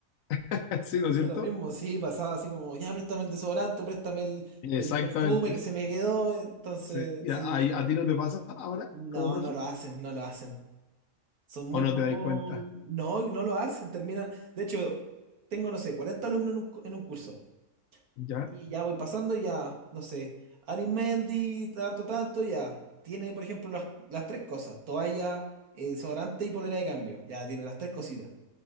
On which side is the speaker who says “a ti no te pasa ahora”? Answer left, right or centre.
Left